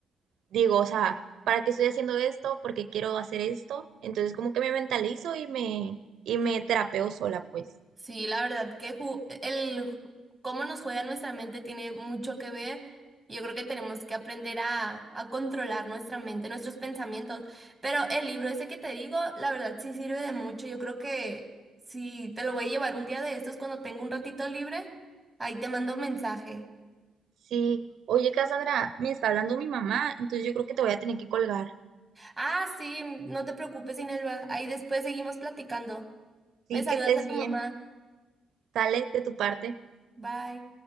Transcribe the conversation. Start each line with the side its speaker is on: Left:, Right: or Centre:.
Right: digo, o sea, ¿para qué estoy haciendo esto? ¿Por qué quiero hacer esto? Entonces como que me mentalizo y me, y me terapeo sola, pues.
Centre: Sí, la verdad que ju- el ju- cómo nos juega nuestra mente tiene mucho que ver. y Yo creo que tenemos que aprender a, a controlar nuestra mente, nuestros pensamientos. Pero el libro ese que te digo, la verdad sí sirve de mucho. Yo creo que si te lo voy a llevar un día de estos cuando tengo un ratito libre, ahí te mando un mensaje.
Right: Sí, oye, Cassandra, me está hablando mi mamá, entonces yo creo que te voy a tener que colgar.
Centre: Ah, sí, no te preocupes, Inelva. Ahí después seguimos platicando.
Right: Sí,
Centre: Me saludas
Right: que estés
Centre: a
Right: bien.
Centre: tu mamá.
Right: Sale de tu parte.
Centre: Bye.